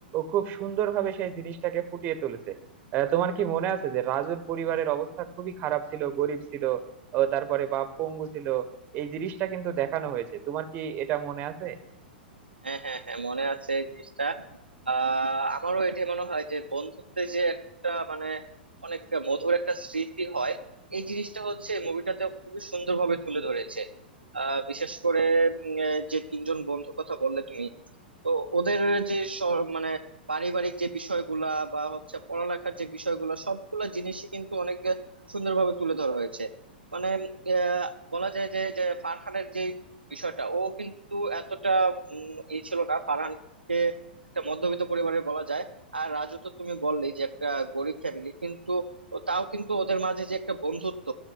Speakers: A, on the right; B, on the right.
A: খুব সুন্দরভাবে সেই জিনিসটাকে ফুটিয়ে তুলেছে আহ, তোমার কি মনে আছে যে রাজুর পরিবারের অবস্থা খুবই খারাপ ছিল গরিব ছিল ও তারপরে বা পঙ্গু ছিল এই জিনিসটা কিন্তু দেখানো হয়েছে তোমার কি এটা মনে আছে
B: হ্যাঁ হ্যাঁ হ্যাঁ মনে আছে এই জিনিসটা আহ আমারও এটা মনে হয় যে বন্ধুত্বে যে একটা মানে অনেক মধুর একটা স্মৃতি হয় এই জিনিসটা হচ্ছে মুভিটাতে খুবই সুন্দরভাবে তুলে ধরেছে আহ বিশেষ করে উম, আহ, যে তিনজন বন্ধুর কথা বললে তুমি তো ওদের যে স- মানে পারিবারিক যে বিষয়গুলা বা হচ্ছে পড়ালেখার যে বিষয়গুলা সবগুলা জিনিসই কিন্তু অনেক সুন্দরভাবে তুলে ধরা হয়েছে মানে আহ, বলা যায় যে যে ফারহানের যে বিষয়টা ও কিন্তু এতটা উম, ই ছিল না ফারহানকে একটা মধ্যবিত্ত পরিবারের বলা যায় আর রাজু তো তুমি বললেই যে একটা গরিব ফ্যামিলি কিন্তু ও- তাও কিন্তু ওদের মাঝে যে একটা বন্ধুত্ব